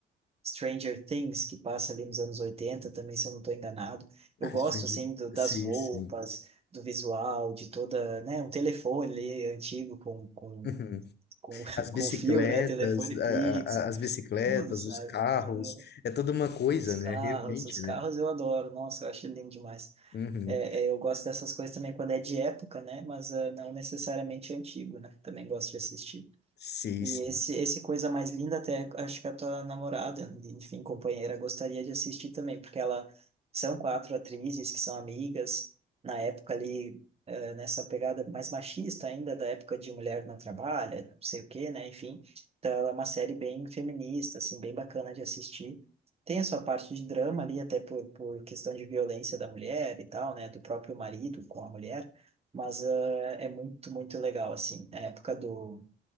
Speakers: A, on the right; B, on the left.
A: Stranger Things, que passa ali nos anos 80, também, se eu não estou enganado. Eu
B: Ah,
A: gosto,
B: surgiu.
A: assim, do, das
B: Sim,
A: roupas,
B: sim.
A: do visual, de toda, né, um telefone ali antigo com, com,
B: <laughs>
A: com, <laughs>
B: As bicicletas,
A: com fio, né, telefone fixo,
B: a- a- as bicicletas,
A: tudo, sabe?
B: os carros,
A: Aham.
B: é toda uma coisa,
A: Os carros,
B: né? Realmente,
A: os carros
B: né?
A: eu adoro, nossa, eu acho lindo demais.
B: Uhum.
A: É, é, eu gosto dessas coisas também quando é de época, né, mas ah, não necessariamente antigo, né, também gosto de assistir.
B: Sim,
A: E
B: sim.
A: esse, esse Coisa Mais Linda, até acho que a tua namorada, enfim, companheira, gostaria de assistir também, porque ela são quatro atrizes que são amigas, na época ali, eh, nessa pegada mais machista ainda, da época de Mulher Não Trabalha, não sei o quê, né, enfim. Então ela é uma série bem feminista, assim, bem bacana de assistir. Tem a sua parte de drama ali, até por, por questão de violência da mulher e tal, né, do próprio marido com a mulher, mas eh, é muito, muito legal, assim, a época do